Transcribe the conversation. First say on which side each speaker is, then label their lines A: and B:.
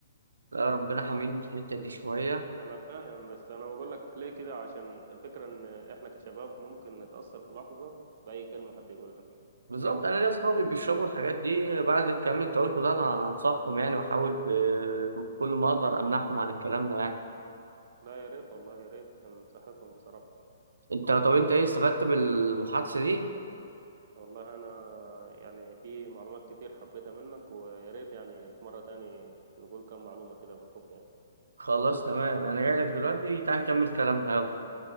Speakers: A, on the right; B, on the right.
A: لا ربنا حميني في الحتة دي شوية
B: ما انا فاهم بس انا بقول لك ليه كده عشان الفكره ان احنا كشباب ممكن نتاثر في لحظه باي كلمه حد يقولها
A: بالظبط انا ليا اصحابي بيشربوا الحاجات دي بعد الكلام اللي انت قلته ده انا انصحهم يعني واحاول ب- بكل ما اقدر امنعهم عن الكلام ده يعني
B: لا يا ريت والله يا ريت عشان صحتهم بصراحه
A: انت طب انت ايه استفدت بالمحادثه دي
B: والله انا يعني في معلومات كتير حبيتها منك ويا ريت يعني في مره تاني نقول كم معلومه كده بالحب يعني
A: خلاص تمام انا جاي لك دلوقتي تعال نكمل كلامنا يلا